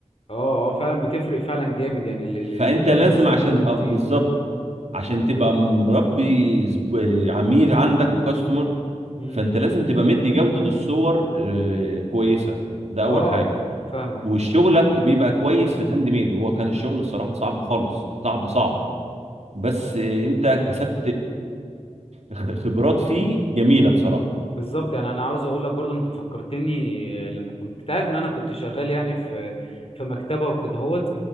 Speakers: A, on the left; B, on the right.
A: اه اه فعلا بتفرق فعلا جامد يعني ال- ال-
B: فانت
A: المكن
B: لازم
A: بالذات
B: عشان
A: بيبقى نضيف
B: آه، بالظبط عشان تبقى مربي زب- عميل عندك وكاستمر
A: مم.
B: فانت لازم تبقى مدي جوده الصور آه، كويسه ده اول
A: اه
B: حاجه
A: فاهمك
B: وشغلك بيبقى كويس في الهاند ميد هو كان الشغل الصراحة صعب خالص صعب صعب بس انت كسبت خ- خبرات فيه جميلة بصراحة
A: بالظبط يعني انا عاوز اقول لك برضو انت فكرتني لما كنت تعرف ان انا كنت شغال يعني في في مكتبة وكده